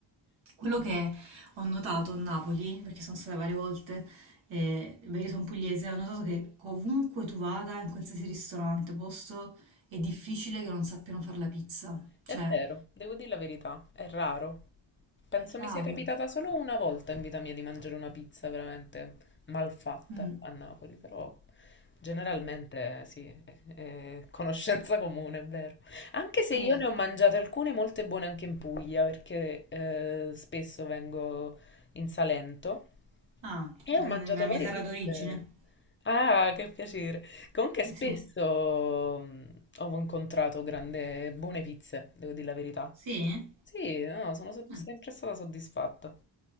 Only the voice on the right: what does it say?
Quello che ho notato a Napoli, perché sono stata varie volte, e, beh, io sono pugliese, ho notato che ovunque tu vada, in qualsiasi ristorante, posto, è difficile che non sappiano fare la pizza. Cioè,
è raro.
Mm.
Eh,
Ah,
d-
nella mia
terra
d'origine.
Sì.
Sì?
Ah,